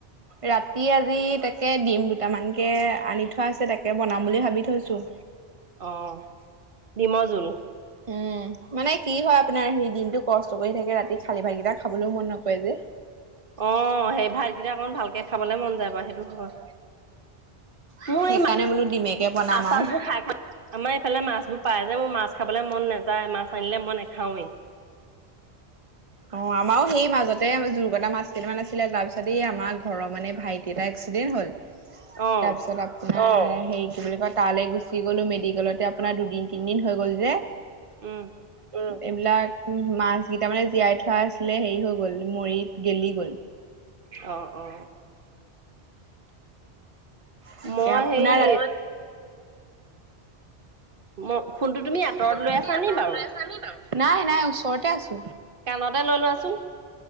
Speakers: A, on the right; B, on the right.
A: ৰাতি আজি তাকে দিম দুটামানকে আনি থোৱা আছে তাকে বনাম বুলি ভাবি থৈছো
B: অহ ডিমৰ জোল।
A: উম, মানে কি হয় আপোনাৰ সি দিনটো কষ্ট কৰি থাকে ৰাতি খালী ভাতকেইটা খাবলৈও মন নকৰে যে।
B: অ, সেই ভাতকেইটা অকণ ভালকে খাবলে মন যায় বাৰু সেইটো হয়। মোৰ
A: সেইকাৰণে
B: এই মাছ-চাছবোৰ
A: বোলো ডিমেকে বনাম আৰু।
B: খাই খাই আমাৰ এইফালে মাছবোৰ প্ৰায় যে মোৰ মাছ খাবলে মন নেযায়ে মাছ আনিলে মই নেখাওঁৱেই।
A: অ আমাৰো সেই মাজতে জুৰকতা মাছ কেইটামান আছিলে তাৰ পিছতে আমাৰ ঘৰৰ মানে ভাইটি এটাই- দুদিন হ'ল।
B: অ
A: তাৰপিছত আপোনাৰ হেৰি কি বুলি কয় তালে গুচি গলো মেডিকেলতে আপোনাৰ দুদিন তিনদিন হৈ গ'ল যে
B: উম
A: উম, এইবিলাক মাছ কেইটা মানে জীয়াই থোৱা আছিলে হেৰি হৈ গ'ল মৰি গেলি গ'ল
B: অহ অ
A: তাকে
B: মই
A: আপোনাৰ
B: হেৰি মই ফোনটো তুমি আঁতৰত
A: ফোনটো
B: লৈ
A: তুমি
B: আছা
A: আঁতৰত
B: নি বাৰু
A: লৈ আছা নি বাৰু? নাই নাই ওচৰতে আছোঁ।
B: কাণতে লৈ লোৱাচোন।